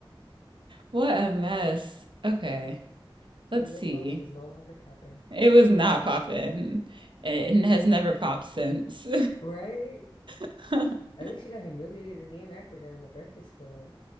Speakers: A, on the right; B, on the left.
A: What a mess. Okay. Let's
B: her lip
A: see.
B: gloss was no longer popping. <laughs>
A: It was not popping, and it has never popped since.
B: Right?
A: <laughs>
B: I think she got humiliated again after that on the Breakfast Club.